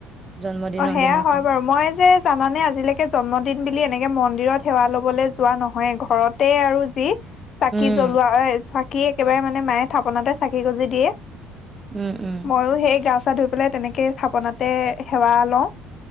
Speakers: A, on the right (about 15°); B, on the left (about 40°).
A: জন্মদিনৰ
B: অ সেয়া
A: দিনাখন।
B: হয় বাৰু মই যে জানানে আজিলৈকে জন্মদিন বুলি এনেকে মন মন্দিৰত সেৱা লবলৈ যোৱা নহয় ঘৰতে আৰু যি চাকি
A: উম,
B: জ্বলোৱা চা কি একেবাৰে মানে মায়ে থাপনাতে চাকি গজি দিয়ে
A: উম, উম,
B: ময়ো সেই গছ ধুই পেলাই তেনেকে স্থাপনাতে সেৱা লওঁ।